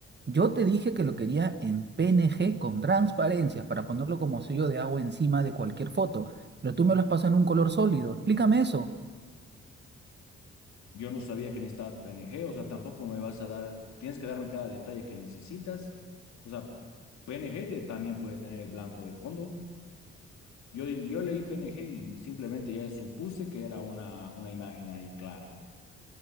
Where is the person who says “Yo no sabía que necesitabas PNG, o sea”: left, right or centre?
Left